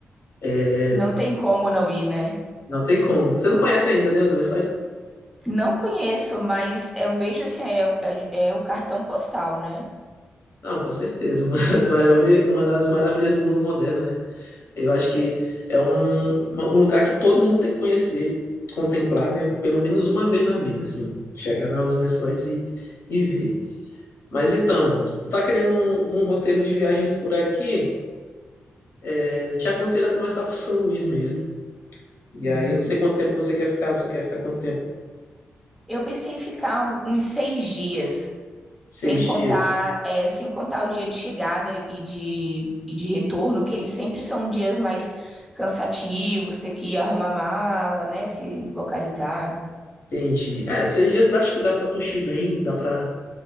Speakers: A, on the left; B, in the centre.
A: É,
B: Não tem como não ir, né?
A: Não tem como. Você não conhece ainda, né, os lençóis?
B: Não conheço, mas eu vejo assim, é, o é- é o cartão postal, né?
A: Não, com certeza. Uma das maiores, uma das maravilhas do mundo moderno, né? Eu acho que é um, uma- um lugar que todo mundo tem que conhecer, contemplar, né? Pelo menos uma vez na vida, assim. Chegar nos lençóis e, e ver. Mas então, se tu tá querendo um, um roteiro de viagens por aqui, eh, eu te aconselho a começar por São Luís mesmo. E
B: Uhum.
A: aí eu não sei quanto tempo você quer ficar. Você quer ficar quanto tempo?
B: Eu pensei em ficar um- uns seis dias.
A: Seis
B: Sem contar,
A: dias.
B: é, sem contar o dia de chegada e de, e de retorno, que eles sempre são dias mais cansativos, ter que arrumar mala, né? Se localizar.
A: Entendi. É, seis dias acho que dá pra curtir bem, dá pra,